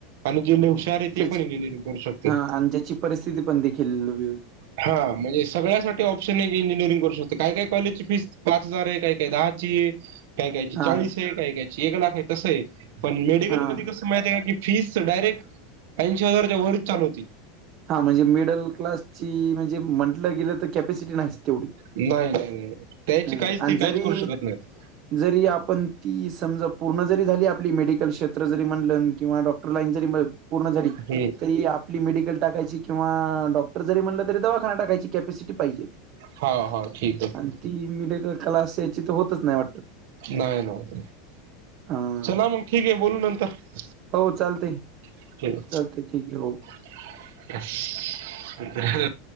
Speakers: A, on the right; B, on the right.
A: आणि जे नय हु शार आहे ते
B: ज्याची
A: पण इंजीनियरिंग करू शकते.
B: हां आणि ज्याची परिस्थिती पण देखील व्यू
A: हां म्हणजे स सगळ्यासाठी ऑप्शन आहे की इंजिनिअरिंग करू शकत काय काय कॉलेजची फीस पाच हजार आहे काय काय दहाची आहे काय कयची
B: हां,
A: चाळीस आहे काय कायची एक लाख आहे तसं आहे पण मेडिकल
B: हां.
A: मध्ये कसं माहिती आहे का की फीस डायरेक्ट ऐंशी हजारच्या वरच चालू होती.
B: हा म्हणजे मिडल क्लासची म्हणजे म्हंटलं गेलं तर कॅपॅसिटी नाहीच तेवढी.
A: नाही नाही नाही त्याची
B: हं.
A: काहीच
B: आणि
A: ते काहीच
B: जरी
A: करू शकत नाहीत.
B: जरी आपण ती समजा पूर्ण जरी झाली आपली मेडिकल क्षेत्र जरी म्हणलं किंवा डॉक्टर लाइन जरी म पूर्ण झाली
A: नाहीत
B: तरी आपली मेडिकल टाकायची किंवा डॉक्टर जरी म्हणलं तरी दवाखाना टाकायची. कॅपॅसिटीज पाहिजेत
A: हा हा ठीक आहे
B: आणि ती मिडक क्लासचे हेच्यात तर होतच नाही वाटतं.
A: नाय ना <unintelligible>
B: हां.
A: चला मग ठीक आहे बोलू नंतर.
B: हो चालतय,
A: ठीक आहे
B: चालतय ठीक आहे हो.
A: <unintelligible>